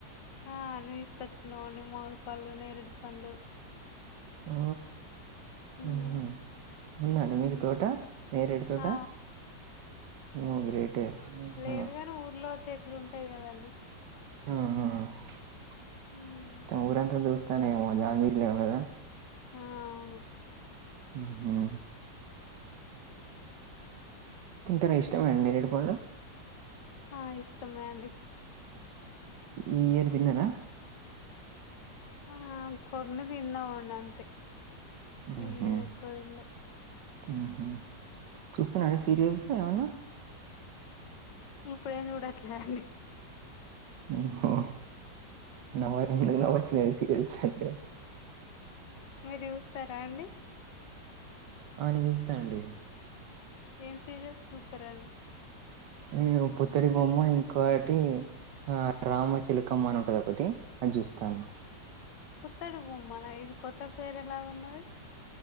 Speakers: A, on the left (about 80°); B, on the right (about 75°).
A: ఆ అన్ని తీస్కొచ్చుకున్నామండి మామిడిపళ్ళూ నేరేడు పళ్ళూ
B: ఓ
A: హ్మ్.
B: ఉహు ఉందండి మీకు తోట నేరేడు తోటా
A: ఆ
B: ఉమ్ గ్రేటే ఓహో
A: లేదుగని ఊర్లో చెట్లుంటయి కదండి
B: ఉహు
A: ఉమ్
B: తే ఊరంతదుస్తారేమో జాంజిలే కద
A: ఆ అవును
B: ఉమ్ తింటరా ఇష్టమనేరెడుపండ్లు
A: ఆ ఇష్టమే అండి
B: ఈ ఇయర్ తిన్నరా
A: ఆ కొన్ని తిన్నమండి అంతే
B: ఉహు
A: ఈ ఇయరేక్కువ తింలే
B: ఉహు చూస్తున్నాండి సీరియల్స్ ఏమన్న
A: ఇప్పుడేంజూట్లే అండి
B: ఉహా నా వాయ్స్ ఎందవచేదండి
A: హ్మ్.
B: సీరియల్స్ అంటే
A: మీరు చుస్తరా అండి
B: ఆ నేను చూస్తుండి
A: ఏం సీరియల్స్ చూస్తారండి
B: నేను పుత్తడి బొమ్మ ఇంకోటి ఆ రామచిలకమ్మ అనుంటదొకటి అజుస్థఅండి
A: పుత్తడి బొమ్మనా ఇది కొబీత్త పేరేలాగున్నది